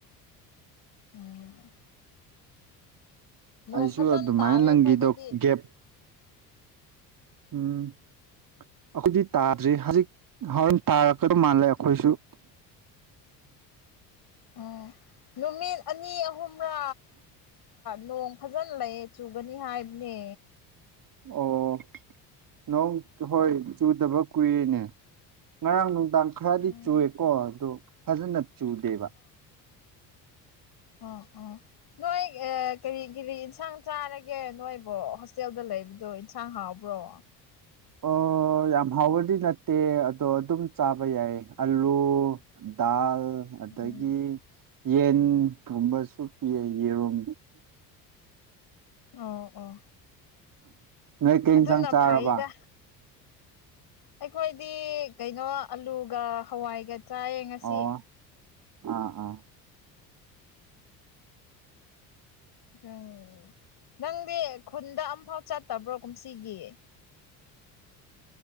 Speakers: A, on the left; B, on the right.
A: ꯎꯝ ꯅꯣꯡ
B: ꯑꯩꯁꯨ
A: ꯐꯖꯅ
B: ꯑꯗꯨꯃꯥꯏꯅ
A: ꯇꯥꯔꯦ
B: ꯂꯪꯈꯤꯗꯣ
A: ꯑꯩꯈꯣꯏꯗꯗꯤ
B: ꯒꯦꯞ ꯎꯝ ꯑꯈꯖꯤꯠ ꯇꯥꯗ꯭ꯔꯤ ꯍꯧꯖꯤꯛ ꯍꯣꯔꯦꯟ ꯇꯥꯔꯛꯀꯗꯧ ꯃꯥꯜꯂꯦ ꯑꯩꯈꯣꯏꯁꯨ
A: ꯎꯝ ꯅꯨꯃꯤꯠ ꯑꯅꯤ ꯑꯍꯨꯝꯔꯥ ꯅꯣꯡ ꯐꯖꯅ ꯂꯩꯌꯦ ꯆꯨꯒꯅꯤ ꯍꯥꯏꯕꯅꯦ
B: ꯑꯣ ꯅꯣꯡ ꯍꯣꯏ ꯆꯨꯗꯕ ꯀꯨꯏꯔꯅꯦ ꯉꯔꯥꯡ ꯗꯥꯥꯡ ꯈꯔꯗꯤ
A: ꯎꯝ
B: ꯆꯨꯑꯦꯀꯣ ꯑꯗꯨ ꯐꯖꯅ ꯆꯨꯗꯦꯕ
A: ꯎꯝ ꯎꯝ ꯅꯣꯏ ꯀꯔꯤꯒꯤꯔꯤ ꯏꯟꯁꯥꯡ ꯆꯥꯔꯒꯦ ꯅꯣꯏꯕꯨꯣ ꯍꯣꯁꯇꯦꯜꯗ ꯂꯩꯕꯗꯣ ꯏꯟꯁꯥꯡ ꯍꯥꯎꯕ ꯕ꯭ꯔꯣ
B: ꯑꯣ ꯑꯣ ꯌꯥꯝ ꯍꯥꯎꯕꯗꯤ ꯅꯠꯇꯦ ꯑꯗꯣ ꯑꯗꯨꯝ ꯆꯥꯕ ꯌꯥꯏ ꯑꯂꯨ ꯗꯥꯜ
A: ꯎꯝ
B: ꯑꯗꯒꯤ ꯌꯦꯟꯒꯨꯝꯕꯁꯨ ꯄꯤꯌꯦ ꯌꯦꯔꯨꯝ
A: ꯑꯣ ꯑꯣ
B: ꯅꯣꯏ ꯀꯩ
A: ꯑꯗꯨꯅ
B: ꯌꯦꯟꯁꯥꯡ ꯆꯥꯔꯕ
A: ꯐꯩꯗ ꯑꯩꯈꯣꯏꯗꯤ ꯀꯩꯅꯣ ꯑꯂꯨꯒ ꯍꯋꯥꯏꯒ ꯆꯥꯏꯌꯦ ꯉꯁꯤ
B: ꯑꯣ ꯑꯥ ꯑꯥ
A: ꯎꯝ ꯅꯪꯗꯤ ꯈꯨꯟꯗ ꯑꯝꯐꯥꯎ ꯆꯠꯇꯕ꯭ꯔꯣ ꯀꯨꯝꯁꯤꯒꯤ